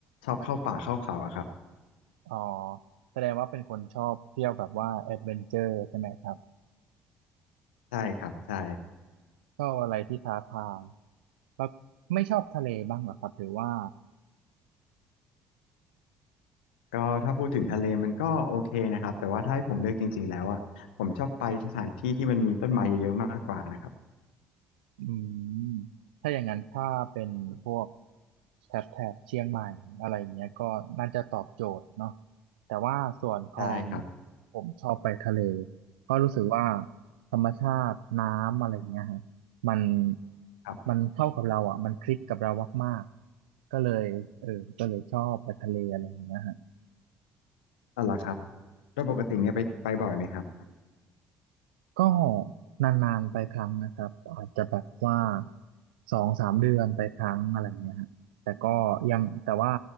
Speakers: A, on the left; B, on the right.
A: ชอบเข้าป่าเข้าเขาอะครับ
B: อ๋อแสดงว่าเป็นคนชอบเที่ยวแบบว่าแอดเวนเจอร์ใช่ไหมครับ
A: ใช่ครับ ใช่
B: ชอบอะไรที่ท้าทายแล้วไม่ชอบทะเลบ้างเหรอครับหรือว่า
A: ก็ถ้าพูดถึงทะเลมันก็โอเคนะครับ แต่ว่าถ้าให้ผมเลือกจริงๆแล้วอะผมชอบไปสถานที่ที่มันมีต้นไม้เยอะๆมากกว่านะครับ
B: อืมถ้าอย่างนั้นถ้าเป็นพวกแถบแถบเชียงใหม่อะไรเงี้ยก็น่าจะตอบโจทย์เนาะแต่ว่าส่วนของ
A: ใช่ครับ
B: ผมชอบไปทะเลก็รู้สึกว่าธรรมชาติน้ำอะไรเงี้ยฮะมัน
A: ครับ
B: มันเข้ากับเราอ่ะมันคลิกกับเรามากๆก็เลยเออก็เลยชอบไปทะเลอะไรเงี้ยฮะ
A: อ๋อเหรอครับโดยปกติเนี่ยไปไปบ่อยไหมครับ
B: ก็นานๆไปครั้งนะครับอาจจะแบบว่าสองสามเดือนไปครั้งอะไรเงี้ยฮะแต่ก็ยังแต่ว่า